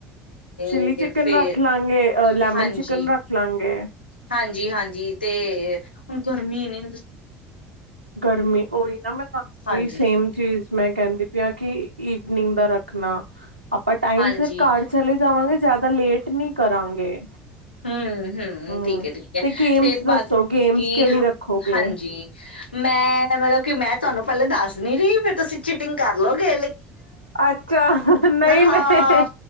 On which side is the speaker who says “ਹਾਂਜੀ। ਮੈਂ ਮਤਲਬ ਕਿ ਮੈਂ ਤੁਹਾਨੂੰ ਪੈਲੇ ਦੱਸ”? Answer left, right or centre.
Left